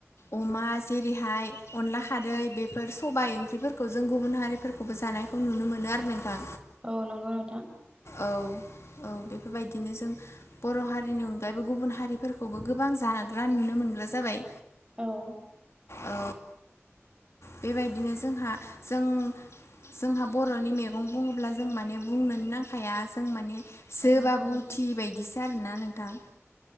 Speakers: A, on the left; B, on the right.
A: अमा जेरैहाय अनला खादै बेफोर सबाय ओंख्रिफोरखौ जों गुबुन हारिफोरखौबो जानाय खौ नुनो मोनो आरो नोंथां।
B: औ नोंगौ नों
A: औ औ बेफोरबायदिनो जों बर' हारिनि अनगायैबो गुबुन हारिफोरखौबो गोबां जाग्रा नुनो मोनग्रा जाबाय।
B: औ
A: औ बेबायदिनो जोंहा जों जोंहा बरनि मेगं बुङोब्ला जों माने बुंनोनो नां खाया जों माने जोबाबो
B: नंगौ नोंथां
A: उथियि बायदिस आरोना नोंथां